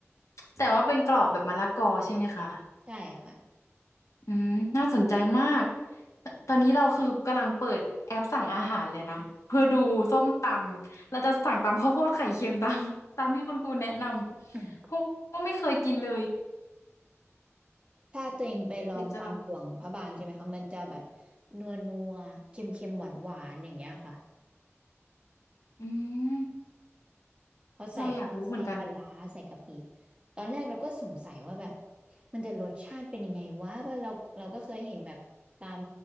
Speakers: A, on the left (about 80°); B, on the right (about 20°).
A: แต่ว่าเป็นกรอบแบบมะละกอใช่ไหมคะ
B: ใช่ค่ะ
A: อืมน่าสนใจมาก ตอนนี้เราคือกำลังเปิดแอปสั่งอาหารเลยนะ
B: อ
A: เพื่อดูส้มตำเราจะสั่งตำข้าวโพดไข่เค็มตาม <laughs> ตามที่คุณปูแนะนำเพราะว่าไม่เคยกินเลย
B: ืมถ้าตัวเองไปลองตามห่วงพระบางใช่ไหมคะมันจะแบบ
A: เดี๋ยวจะลอง
B: นัวนัวเค็มเค็มหวานหวานๆอย่างเงี้ยค่ะ
A: อืม
B: เขาใส่เขาใส่ปลาร้าใส่กะปิ
A: เราอยากรู้เหมือนกัน
B: ตอนแรกเราก็สงสัยว่าแบบมันจะรสชาติเป็นยังไงวะว่าเราเราก็เคยเห็นแบบตาม